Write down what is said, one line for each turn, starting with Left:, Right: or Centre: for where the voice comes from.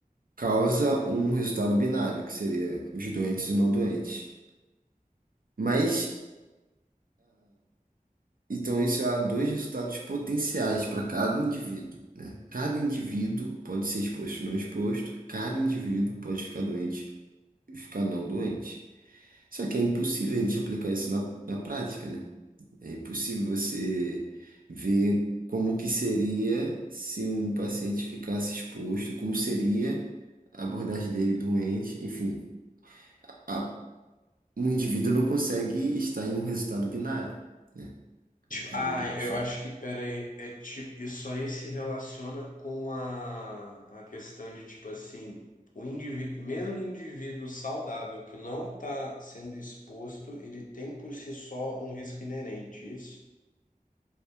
Right: Causa um resultado binário, que seria os doentes e não doentes. Mas, então, isso há dois resultados potenciais para cada indivíduo, né? Cada indivíduo pode ser exposto ou não exposto, cada indivíduo pode ficar doente e ficar não doente. Só que é impossível a gente aplicar isso na, na prática, né? É impossível você ver como que seria se um paciente ficasse exposto, como seria a abordagem dele doente, enfim. A- um indivíduo não consegue estar em um resultado binário, né?
Left: Tipo,
Right: É
Left: ah,
Right: um só.
Left: eu acho que, pera aí, é tipo, isso aí se relaciona com a, a questão de, tipo assim, o indivíduo, mesmo o indivíduo saudável que não está sendo exposto, ele tem por si só um risco inerente, isso?